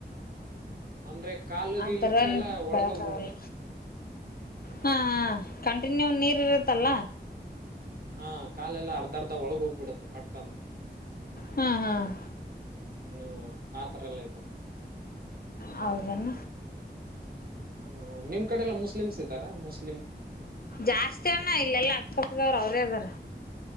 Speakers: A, on the right; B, on the left.
A: ಅಂದ್ರೆ ಕಾಲು
B: ಆತರ
A: ಗೀಲ್ ಇಟ್ರೆ ಎಲ್ಲಾ ಒಳಗೋಗ್ಬಿಡುತ್ತೆ
B: ಬೆಳಕ ಆಗಲ್ಲ ಹಾ ಕಂಟಿನ್ಯೂ ನೀರ್ ಇರದ ಲ್ಲ
A: ಹಾ ಕಾಲೆಲ್ಲ ಅರ್ಧರ್ಧ ಒಳಗ ಹೋಗ್ಬಿಡುತ್ತ ಪಟ್ಟಂತ
B: ಹ್ಮ್ ಹ್ಮ್
A: ಹ್ಮ್ ಆತರ ಎಲ್ಲ ಆಯ್ತಮ್ಮ
B: ಹೌಧೆನ್
A: ಹ ನಿಮ್ ಕಡೆ ಎಲ್ಲಾ ಮುಸ್ಲಿಮ್ ಇದ್ದಾರಾ ಮುಸ್ಲಿ
B: ಜಾಸ್ತಿ ಅಣ್ಣ ಇಲ್ಲೆಲ್ಲಾ ಅಕ್ಪತದವ್ರ ಅವ್ರೇ ಅದಾರ